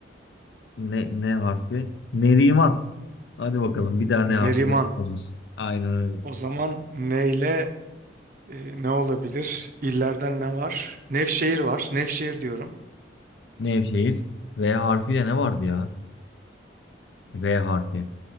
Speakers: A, on the left; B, on the right.
A: ne, ne harfi? Neriman. Hadi bakalım bir daha
B: Meriman.
A: ne harfiyle soralımız. Aynen öyle.
B: O zaman neyle e, ne olabilir? İllerden ne var? Nevşehir var. Nevşehir diyorum.
A: Nevşehir. V harfiyle ne vardı ya? V harfi.